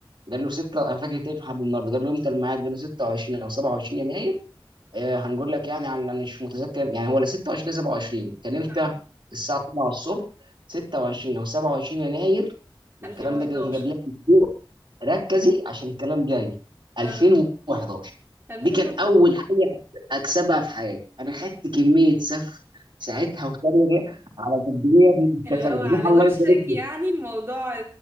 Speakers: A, on the right (about 60°); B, on the right (about 25°).
A: قال له ستة انا فاكر تاني لحد النهارده قال له امتى الميعاد قال له 26 او 27 يناير آه هنقول لك يعني على انا مش متذكر يعني هو لا 26 لا 27 كان امتى
B: اه
A: الساعه 7 الصبح 26 او 27 يناير والكلام
B: 2011
A: ده كان قبلها باسبوع ركزي عشان الكلام جاي 2011
B: اه 2000
A: دي كان اول حاجه اكسبها في حياتي انا خدت كميه سف ساعتها وتريقه على قد ايه يا ابني انت
B: اللي
A: فاهم
B: هو على
A: الله
B: وشك
A: يبارك لك
B: يعني الموضوع